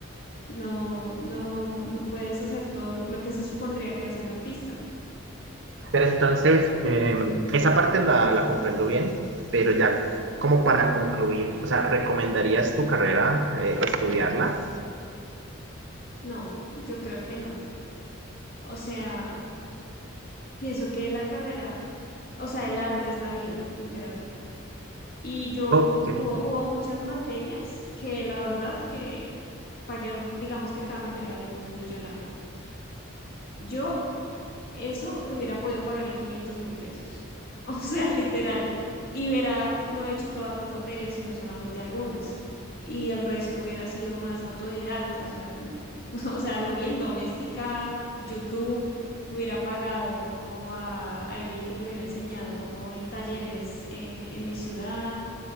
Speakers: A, on the left (about 45°); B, on the right (about 55°).
A: no, no, no puedes hacer todo lo que se supondría que hace un artista.
B: pero entonces eh, esa parte la, la comprendo bien, pero
A: Ujú.
B: ya como para concluir, o sea, ¿recomendarías tu carrera eh, estudiarla?
A: No, yo creo que no. O sea, pienso que la carrera, o sea, el arte es la vida, literal. Y yo
B: Ok.
A: hu- hubo, hubo muchas materias que la verdad que pagué, un- digamos que cada materia valía como un millón algo. Yo eso lo hubiera podido pagar en quinientos mil pesos. <laughs> O sea, literal. Y hubiera, no he hecho todas las materias, sino solamente algunas. Y el resto hubiera sido más autodidacta, o sea, como, <laughs> o sea, lo bien doméstica, YouTube, hubiera pagado como a alguien que me hubiera enseñado como en talleres eh, en mi ciudad